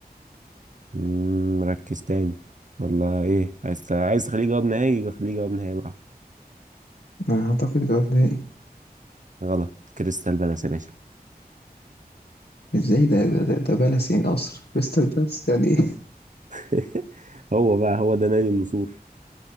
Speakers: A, on the right; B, on the left.
A: مم، مركز تاني ولا ايه عايز عايز تخليه جواب نهائي خليه جواب نهائي براحتك
B: أنا أعتقد جواب نهائي
A: غلط كريستال بالاس يا باشا
B: ازاي ده ده ده, ده بالاس يعني قصر كريستال بالاس يعني ايه
A: <laughs> هو بقى هو ده نادي النسور